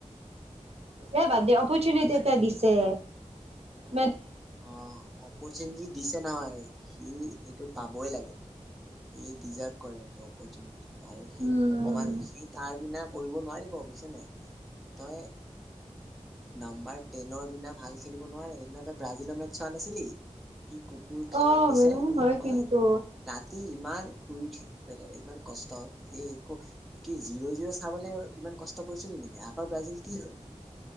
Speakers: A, on the right; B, in the centre.
A: এ বাদ দে অ। অপৰ্চুনিতি
B: নালাগে
A: এটা দিছে। উম <inaudible>
B: অ অপৰচুনিটি দিছে নহয়, সি সেইটো পাবই লাগে। ই ডিজাৰ্ভ কৰে, এইটো অপৰচুনিতিটো। আৰু সি
A: উম,
B: ভগৱান, সি তাৰ বিনা কৰিব নোৱাৰিব বুজিছ নে, তই নাম্বাৰ টেনৰ বিনা ভাল খেলিব নোৱাৰে, সেইদিনা তই ব্ৰাজিলৰ মেট চোৱা নাছিলি? কি কুকুৰ খেলন
A: অ'
B: দিছে,
A: হয়
B: ইমান
A: কিন্তু
B: ৰাতি ইমান ফুৰি উঠি পাই ইমান কষ্ট এ কি জিৰ' জিৰ' চাবলে ইমান কষ্ট কৰিছিল নেকি আকৌ ব্ৰাজিল কি হল